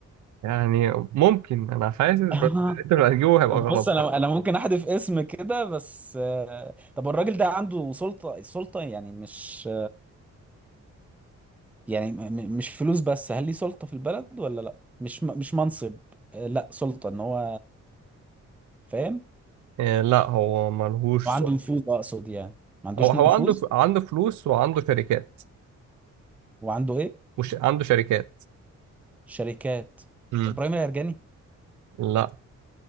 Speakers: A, on the right (about 80°); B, in the centre.
A: يعني ممكن انا حاسس بس
B: <laughs>
A: انت اللي هتجيبه هيبقى
B: طب
A: غلط
B: بص انا
A: برضه
B: انا ممكن احذف اسم كده بس آه، طب الراجل ده عنده سلطة سلطة يعني مش يعني م- م- مش فلوس بس هل ليه سلطة في البلد ولا لا مش م- مش منصب آه، لا سلطة ان هو فاهم
A: إيه لا هو ملهوش
B: وعنده
A: سوق
B: نفوذ اقصد يعني ما عندوش
A: هو هو
B: نفوذ
A: عنده ف... عنده فلوس وعنده شركات
B: وعنده ايه
A: وش... عنده شركات
B: شركات
A: امم
B: ابراهيم العرجاني
A: لا